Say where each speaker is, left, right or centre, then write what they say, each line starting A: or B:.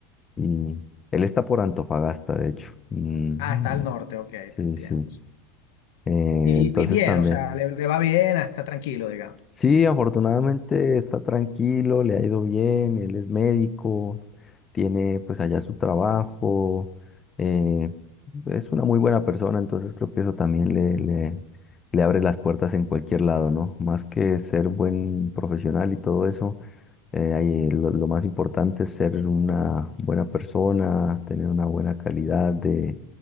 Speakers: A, on the left; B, on the left.
A: y él está por Antofagasta, de hecho. Mm,
B: Ah, está al norte, ok,
A: sí,
B: te entiendo.
A: sí. Eh,
B: Y,
A: entonces
B: y bien,
A: también.
B: o sea, le, le va bien, ah, está tranquilo, digamos.
A: Sí, afortunadamente está tranquilo, le ha ido bien, él es médico, tiene pues allá su trabajo, eh, es una muy buena persona, entonces creo que eso también le, le, le abre las puertas en cualquier lado, ¿no? Más que ser buen profesional y todo eso, eh, ahí lo, lo más importante es ser una buena persona, tener una buena calidad de,